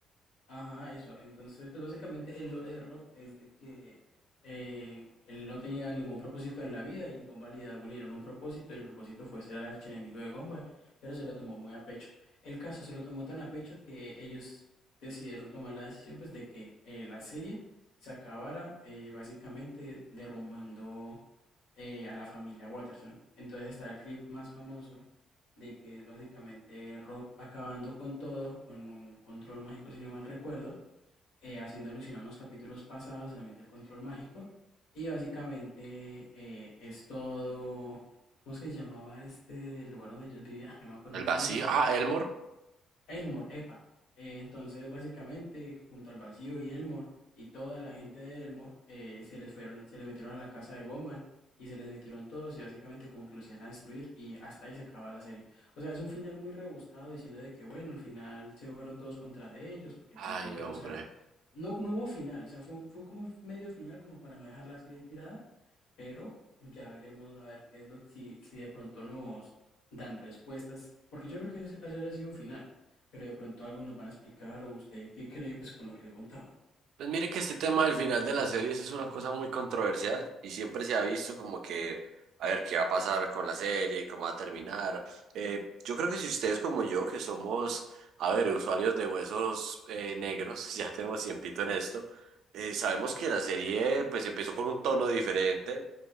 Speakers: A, on the left (about 85°); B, on the right (about 70°).
A: Ajá, eso. Entonces, pues básicamente el lore de Rob es de que eh, él no tenía ningún propósito en la vida y Gumball y Darwin le dieron un propósito y el propósito fue ser el archienemigo de Gumball, pero se lo tomó muy a pecho. El caso se lo tomó tan a pecho que ellos decidieron tomar la decisión pues de que eh, la serie se acabara eh, básicamente derrumbando eh, a la familia Watterson. Entonces está el clip más famoso de que es básicamente Rob acabando con todo, con un control mágico, si no mal recuerdo, eh, haciendo alusión a unos capítulos pasados también del control mágico. Y básicamente eh, es todo, ¿cómo es que se llamaba este lugar donde ellos vivían? No me acuerdo
B: el
A: muy
B: vacío.
A: bien,
B: Ah, Elmore.
A: Elmore, epa. Eh, entonces, básicamente, junto al vacío y Elmore y toda la gente de Elmore eh, se les fueron, se les metieron a la casa de Gumball y se les metieron todos y básicamente como que los iban a destruir y hasta ahí se acaba la serie. O sea, es un final muy rebuscado diciendo de que bueno, al final se fueron todos contra de ellos porque
B: Ay,
A: tal, tal, tal.
B: hombre.
A: O sea, no, no hubo final, o sea, fue, fue como un medio final como para no dejar la serie tirada pero ya veremos a ver qué es lo que, si, si de pronto nos dan respuestas, porque yo creo que eso, eso ya sido un final, pero de pronto algo nos van a explicar o usted qué cree pues con lo que le he contado.
B: Pues mire que este tema del final de las series es una cosa muy controversial y siempre se ha visto como que a ver qué va a pasar con la serie, cómo va a terminar. Eh, yo creo que si ustedes como yo, que somos, a ver, usuarios de huesos eh, negros, <laughs> ya tenemos tiempito en esto, eh, sabemos que la serie pues empezó con un tono diferente